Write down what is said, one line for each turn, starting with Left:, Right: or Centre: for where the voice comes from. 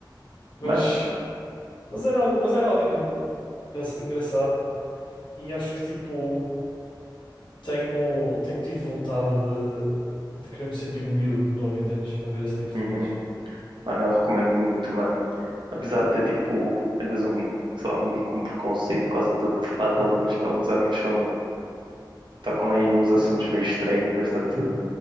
Left: Mas,
Right: Mano,
Left: mas era algo, mas era algo engra- engraçado. E acho que, tipo, tenho, tenho tido vontade de, de querer me sentir um miúdo de novo, entendes? A ver esse tipo de
Right: uhum.
Left: coisas.
Right: Mano, eu recomendo muito, mano. Apesar de ter tipo, às vezes um, sei lá, meio que um preconceito por causa de, de fato alguns, alguns animes são, tocam aí nos assuntos meio estranhos, bastante